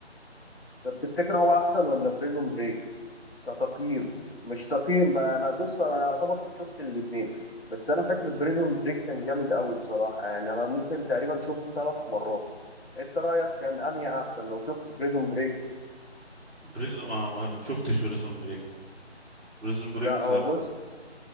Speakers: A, on the left (about 55°); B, in the centre.
A: طب تفتكر هو احسن ولا بريزون بريك كتقييم مش تقييم بقى انا بص انا يعتبر شفت الاثنين بس انا فاكر بريزون بريك كان جامد قوي بصراحه يعني انا ممكن تقريبا شفته ثلاث مرات انت رايك كان انهي احسن لو شفت بريزون بريك
B: بريزون ما, ما ما شفتش بريزون بريك بريزون بريك
A: لا هو بص